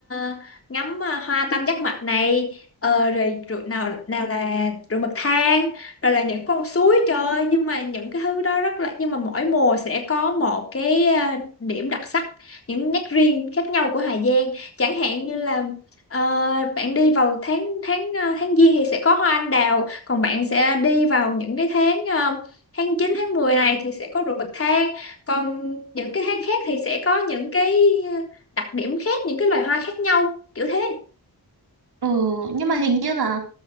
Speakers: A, on the left (about 35°); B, on the right (about 80°).
A: uh, ngắm uh, hoa tam giác mạch này ờ, rồi, rồi nào nào là rồi bậc thang rồi là những con suối trời ơi, nhưng mà những cái thứ đó rất là nhưng mà mỗi mùa sẽ có một cái uh, điểm đặc sắc những nét riêng khác nhau của Hà Giang chẳng hạn như là ờ, bạn đi vào tháng tháng uh, tháng giêng thì sẽ có hoa anh đào còn bạn sẽ đi vào những cái tháng à, tháng chín tháng 10 này thì sẽ có ruộng bậc thang còn những cái tháng khác thì sẽ có những cái đặc điểm khác những cái loài hoa khác nhau kiểu thế
B: Ừ, nhưng
A: ừ,
B: mà hình như là